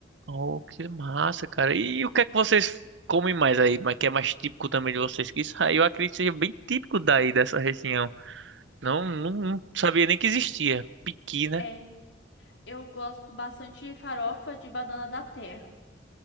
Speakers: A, on the right (about 75°); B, on the left (about 70°).
A: Oh, que massa, cara. E o que é que vocês comem mais aí? Mas que é mais típico também de vocês? Que isso aí eu acredito que seja bem típico daí dessa região. Não, não, não sabia nem que existia. Piqui, né?
B: É, eu gosto bastante de farofa de banana da terra.